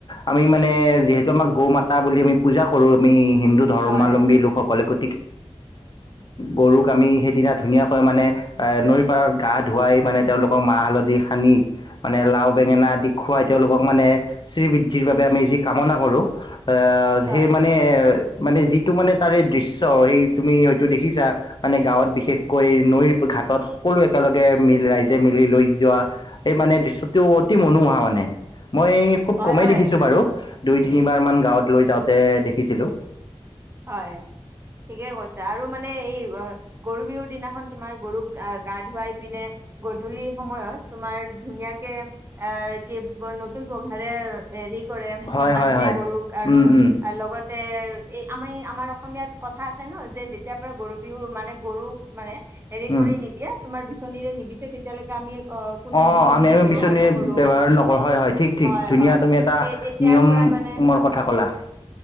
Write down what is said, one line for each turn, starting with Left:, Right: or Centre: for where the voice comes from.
Left: আমি মানে যিহেতু আমাৰ গৌ মাতা বুলি আমি পূজা কৰো আমি হিন্দু ধৰ্মাৱলম্বী
Right: হয়
Left: লোকসকলে <unintelligible> গৰুক আমি সেইদিনা ধুনীয়াকৈ মানে নৈ পাৰৰ গা ধুৱাই মানে তেওঁলোকক মাহ হালধি সানি মানে লাও বেঙেনা আদি খুৱাই তেওঁলোকক মানে শ্ৰীবৃদ্ধিৰ বাবে আমি যি কামনা কৰোঁ,
Right: হয়
Left: সেই মানে মানে যিটো মানে তাৰে দৃশ্য সেই তুমি হয়তো দেখিছা, মানে গাঁৱত বিশেষকৈ নৈৰ ঘাটত সকলোৱে একেলগে মিল ৰাইজে মিলি লৈ যোৱা, এই মানে দৃশ্যটো অতি মনোমোহা মানে। মই এই খুব
Right: হয়
Left: কমেই
Right: হয়
Left: দেখিছোঁ বাৰু দুই তিনিবাৰমান গাঁৱত লৈ যাওঁতে দেখিছিলোঁ
Right: হয় ঠিকেই কৈছে আৰু মানে এই গৰু বিহুৰ দিনাখন তোমাৰ গৰুক আহ গা ধুৱাই পিনে গধূলি সময়ত তোমাৰ ধুনীয়া আহ কি নতুন প্ৰঘাৰেৰি কৰে
Left: হয়
Right: বান্ধে
Left: হয় হয়
Right: গৰুক আৰু
Left: উম উম
Right: লগতে এই আমি আমাৰ অসমীয়াত কথা আছে ন যেতিয়াৰ পৰা গৰু বিহু মানে গৰুক মানে হেৰি
Left: উম
Right: কৰি নিদিয়া তোমাৰ বিচনীৰে নিবিচছে তেতিয়ালৈকে আমি অ কোনেও
Left: অ',
Right: বিচনী
Left: আমি আমি
Right: ব্যৱহাৰ
Left: বিচনী
Right: নকৰো
Left: ব্য্ৱহাৰ নকৰো হয় হয় ঠিক ঠিক
Right: হয়
Left: ধুনীয়া
Right: হয়
Left: তুমি এটা
Right: সেই তেতিয়াৰ
Left: নিয়ম
Right: পৰা মানে
Left: মোৰ কথা ক'লা?